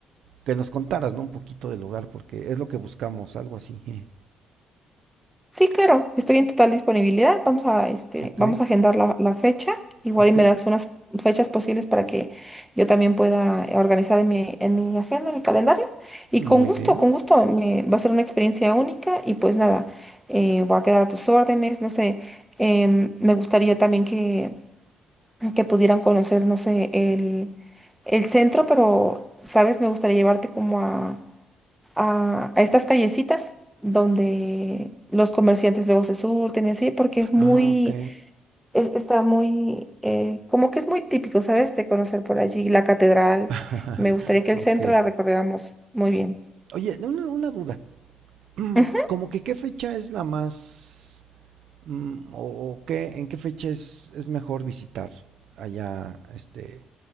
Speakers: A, on the right (about 75°); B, in the centre.
A: que nos contaras, ¿no? Un poquito del hogar, porque es lo que buscamos, algo así. <laughs> eh.
B: Sí, claro, estoy en total disponibilidad. Vamos a, este,
A: Ok,
B: vamos a agendar la, la fecha. Igual
A: ok,
B: y me das unas fechas posibles para que yo también pueda organizar en mi, en mi agenda, en mi calendario. Y
A: muy
B: con gusto,
A: bien.
B: con gusto, me, va a ser una experiencia única y pues nada, eh, voy a quedar a tus órdenes, no sé, em, me gustaría también que, que pudieran conocer, no sé, el, el centro, pero, ¿sabes? Me gustaría llevarte como a a, a estas callecitas donde los comerciantes luego se surten, y así, porque es muy,
A: Ah, ok.
B: es- está muy, eh, como que es muy típico, ¿sabes? De conocer por allí la catedral.
A: <laughs>
B: Me gustaría que el
A: ok.
B: centro la recorriéramos muy bien.
A: Oye, una, una duda. <clears throat> Mm,
B: Ujú.
A: Como que qué fecha es la más... mm, o, o qué, en qué fecha es, es mejor visitar allá, este,